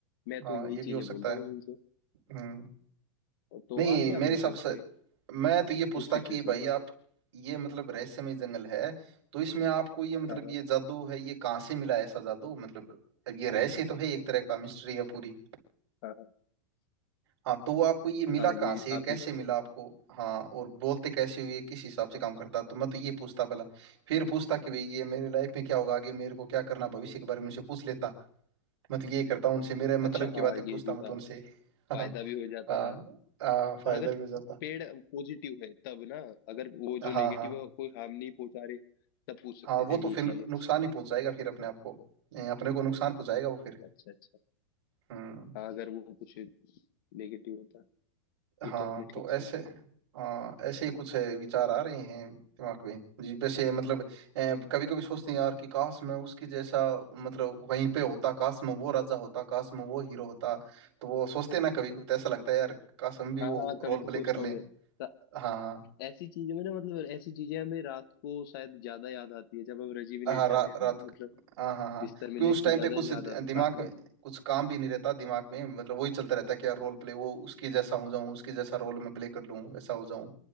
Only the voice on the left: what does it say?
मैं
तो यही
चीजें
बोलता
बस उनसे
तो
आप क्या
बोलते
हैं
उसमें
उस सिचुएशन
में
हाँ
हाँ हाँ हाँ
हाँ, ये
आप
ये
अच्छा
हाँ
ये
भी
हाँ
फायदा भी हो जाता
है।
अगर
पेड़ पॉजिटिव है तब ना अगर वो
जो नेगेटिव
है कोई हार्म नहीं पहुंचा रहे तब पूछ सकते
थे हम
ये
चीजें
अच्छा अच्छा
हाँ अगर वो कुछ नेगेटिव होता
ये तो आपने
ठीक सोचा
हाँ
हाँ कभी
तो
सोचता
हूँ मैं तो
ऐसी चीजें में ना मतलब ऐसी चीजें हमें रात को शायद ज्यादा याद आती है जब हम रजी में
लेट जाते
हैं ना
मतलब
बिस्तर में
लेट
के
ज्यादा
याद
आती
है पास में